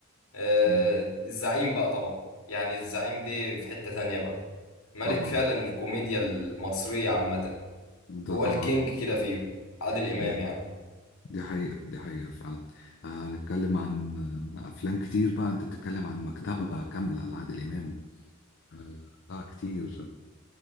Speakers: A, on the left (about 75°); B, on the left (about 55°).
A: آه
B: مم.
A: الزعيم بقى طبعا يعني الزعيم دي في حتة تانية بقى ملك
B: طبعا
A: فعلا الكوميديا المصرية عامة
B: ده
A: هو
B: طبعا
A: الكينج كده فيهم عادل إمام
B: دي,
A: يعني
B: دي حقيقة دي حقيقة فعلا آه، هنتكلم عن آه، أفلام كتير بقى أنت بتتكلم عن مكتبة كاملة لعادل إمام آه لا كتير